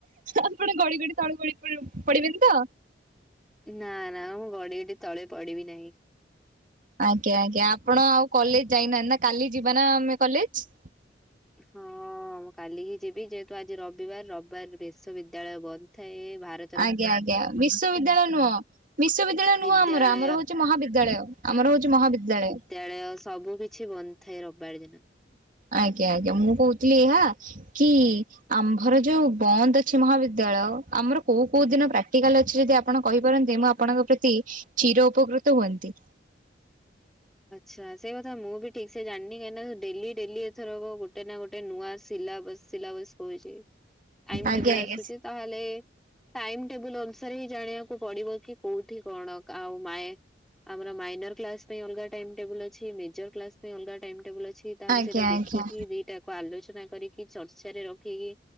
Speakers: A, on the right (about 50°); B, in the centre.
A: ଆପଣ ଗଡି ଗଡି ତଳେ ପଡିବେ ପଡିବେନିତ।
B: ନା ନା ମୁଁ ଗଡି ଗଡି ତଳେ ପଡିବି ନାହିଁ।
A: ଆଜ୍ଞା ଆଜ୍ଞା ଆପଣ ଆଉ କଲେଜ ଯାଇନାହାନ୍ତି ନା କାଲି ଯିବା ନା ଆମେ କଲେଜ।
B: ହଁ ମୁଁ କାଲି ହିଁ ଯିବି ଯେହେତୁ ଆଜି ରବିବାର ରବିବାର ବିଶ୍ବିଦ୍ୟାଳୟ ବନ୍ଦ ଥାଏ ଭାରତ।
A: ଆଜ୍ଞା ଆଜ୍ଞା ବିଶ୍ୱବିଦ୍ୟାଳୟ ନୁହଁ ବିଶ୍ୱବିଦ୍ୟାଳୟ
B: ବିଦ୍ୟାଳୟ
A: ନୁହଁ ଆମର ଆମର ହଉଛି ମହାବିଦ୍ୟାଳୟ ଆମର ହଉଛି ମହାବିଦ୍ୟାଳୟ
B: ଵିଦ୍ୟାଳୟ ସବୁ କିଛି ବନ୍ଦ ଥାଏ ରବିବାର ଦିନ
A: ଆଜ୍ଞା ଆଜ୍ଞା ମୁଁ କହୁଥିଲି ଏହା କି ଆମ୍ଭର ଯୋଉ ବନ୍ଦ ଅଛି ମହାବିଦ୍ୟାଳୟ ଆମର କୋଉ କୋଉ ଦିନ ପ୍ରାକ୍ଟିକାଲ ଅଛି ଯଦି ଆପଣ କହିପାରନ୍ତେ ମୁଁ ଆପଣଙ୍କ ପ୍ରତି ଚିରଉପକୃତ ହୁଅନ୍ତି
B: ଆଚ୍ଛା ସେ କଥା ମୁଁ ବି ଠିକ୍ ସେ ଜାଣିନି କାଁକିନା ଡେଲି ଡେଲି ଏଥରକ ଗୋଟେ ନା ଗୋଟେ ନୂଆ ସିଲାବସ୍ ସିଲାବସ୍ କହୁଛି ଟାଇମ୍
A: ଆଜ୍ଞା
B: ଟେବଲ୍
A: ଆଜ୍ଞା
B: ଆସୁଛି ତାହେଲେ ଟାଇମ ଟେବୁଲ ଅନୁସାରେ ହିଁ ଜାଣିବାକୁ ପଡିବ କି କୋଉଠି କଣ ଆଉ ମେଁ ଆମର ମାଇନର କ୍ଲାସ ପାଇଁ ଅଲଗା ଟାଇମ୍ ଟେବୁଲ୍ ଅଛି ମେଜର କ୍ଲାସ ପାଇଁ ଅଲଗା ଟାଇମ୍ ଟେବୁଲ୍ ଅଛି ତାହେଲେ
A: ଆଜ୍ଞା
B: ସେଇଟା
A: ଆଜ୍ଞା
B: ଦେଖିକି ଦିଟା ଆଲୋଚନା କରିକି ଚର୍ଚ୍ଚାରେ ରଖିକି